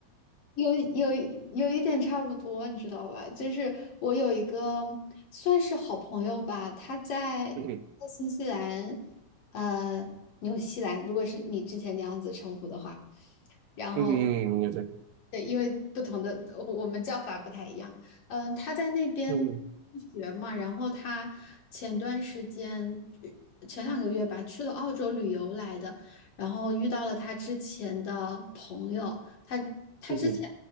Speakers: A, on the left; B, on the right.
A: 有有有一点差不多，你知道吧？就是我有一个算是好朋友吧，他在在新西兰，
B: 嗯哼
A: 呃，纽西兰，如果是你之前那样子称呼的话，然后
B: 嗯哼，对对，
A: 对，因为不同的我我们叫法不太一样。嗯、他在那边
B: 嗯
A: 学嘛，然后他前段时间呃前两个月吧，去了澳洲旅游来的，然后遇到了他之前的朋友，他他之前
B: 嗯哼，